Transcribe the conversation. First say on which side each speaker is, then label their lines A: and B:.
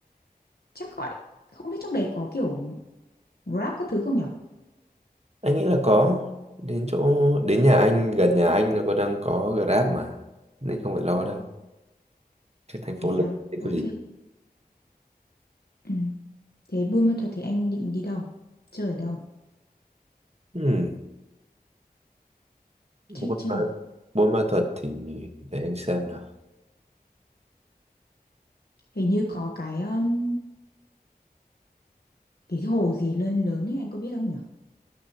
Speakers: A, on the left; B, on the right.
A: chắc gọi không biết trong đấy có kiểu Grab các thứ không nhở
B: anh nghĩ là có đến chỗ đến nhà anh gần nhà anh nó có đang có Grab mà nên không phải lo đâu chứ thành
A: thế
B: phố lớn
A: à
B: thì
A: ok
B: có gì
A: ừ. thế Buôn Ma Thuột thì anh định đi đâu chơi ở đâu
B: ừ.
A: check
B: buôn
A: chưa
B: ma, buôn ma thuật thì để anh xem nào
A: hình như có cái um, cái hồ gì lớn lớn ấy anh có biết không nhở